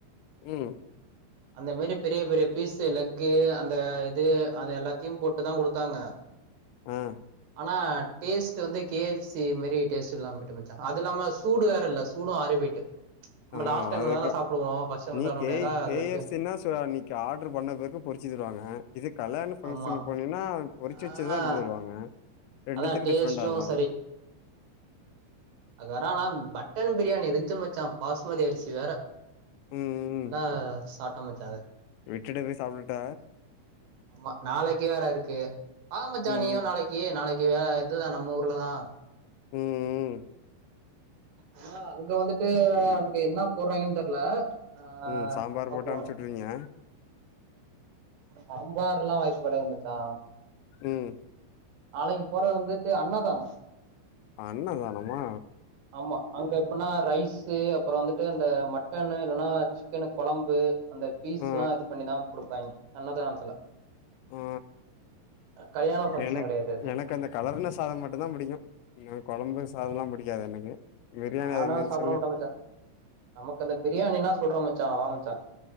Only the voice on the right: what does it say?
அந்த மேரி பெரிய பெரிய பீஸ்சு லெக்கு அந்த இது அத எல்லாத்தியும் போட்டுதா குடுத்தாங்க
ஆனா டேஸ்ட்டு வந்து கே எஃப் சி மேரி டேஸ்ட்டு இல்லாம போய்ட்டு மச்சா அது இல்லாம சூடு வேற இல்லச் சூடு ஆரி போயிட்டு நம்ம
லாஸ்ட் டைம்லதான
சாப்டுவோ ஃபர்ஸ்ட் டைம்
சாப்ட
முடியாதுல
அது வரைக்கு
ஆமா
ஆ
அதா டேஸ்ட்டும்
அகறானாம் பட்டன் பிரியாணி இருஞ்ச்சு மச்சா பாஸ்மதி அரிசி வேற
அல்லா
சாப்ட்ட மச்சா அத
ஆமா நாளைக்கே வேற இருக்கு வா மச்சா
நீயு நாளைக் கி நாளைக்கு வே இதுதா நம்ம ஊர்லதா
ஆனா அங்க வந்துட்டு அங்க என்ன போர்றாய்ங்கன் தெர்ல அ
பாப்போ
சாம்பார்லா வாய்ப்பு கெடையது மச்சா
நாளைக்குப் போறது வந்துட்டு அன்னதானோ
ஆம்மா அங்க எப்புனா ரைஸு அப்றோ வந்துட்டு அந்த மட்டனு இல்லனா சிக்கனு கொழம்பு அந்த பீஸ்லா
இது பண்ணிதா குடுப்பாயாங்க அன்னதானத்துல
கல்யாண ஃபங்க்ஷன்
கெடையாது அது
நானு
சாப்ட
மாட்டே மச்சா நமக்கு அந்த பிரியாணின்னா சொல்ற மச்சா வா மச்சா